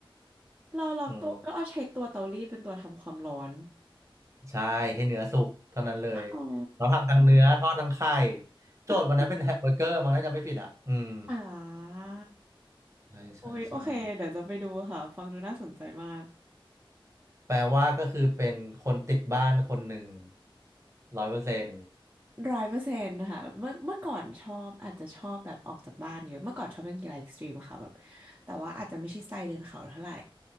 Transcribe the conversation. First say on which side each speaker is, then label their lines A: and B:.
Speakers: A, on the right; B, on the right.
A: เราเราตัวก็เอาใช้ตัวเตารีดเป็นตัวทำความร้อน
B: อืม ใช่ให้เนื้อสุกเท่านั้นเลย
A: อ๋อ
B: เราทำทั้งเนื้อทอดทั้งไข่โจทย์วันนั้นเป็นแฮมเบอร์เกอร์มั้งน่าจะไม่ผิดอ่ะอืม
A: <laughs> อ่า
B: ใช่ใช่ใช่
A: โอ้ยโอเคเดี๋ยวจะไปดูค่ะฟังดูน่าสนใจมาก
B: แปลว่าก็คือเป็นคนติดบ้านคนหนึ่งร้อยเปอร์เซ็นต์
A: ร้อยเปอร์เซ็นต์ค่ะเมื่อเมื่อก่อนชอบอาจจะชอบแบบออกจากบ้านเยอะเมื่อก่อนชอบเล่นกีฬาเอ็กซ์ตรีมค่ะแบบแต่ว่าอาจจะไม่ใช่สไตล์เดินเขาเท่าไหร่